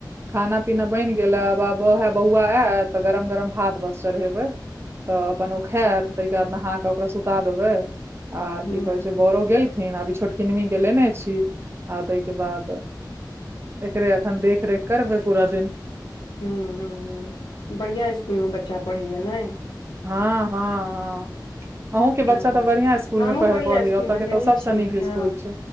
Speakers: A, on the right; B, on the left.
A: खाना पीना बनि गेला बाब हे बौआ आय तऽ गरम गरम भात बस चढ़ेबे तऽ अपन खैत
B: हूँ
A: तहिके बाद नहा ओकरा सुता देबै आ
B: हूँ
A: की कहे छै बड़ो गेलखिन आभ ई छोटकिनमी के लेने छी आ तहिके बाद अखन देखरेख करबै पूरा दिन
B: ह्मँम ह्म्म ह्मँ्म बढ़िआँ स्कूल मे बच्चा पढ़ैए नहि
A: हँ हँ हँ अहूँके बच्चा
B: हँ
A: तऽ बढ़िआँ स्कुल
B: हमहुँ
A: में पढ़ि
B: बढ़ियाँ
A: पढ़ैए
B: स्कूल
A: ओतय
B: मे
A: केतौ
B: देने
A: सभसँ
B: छियै
A: नीक
B: हँ
A: स्कूल छै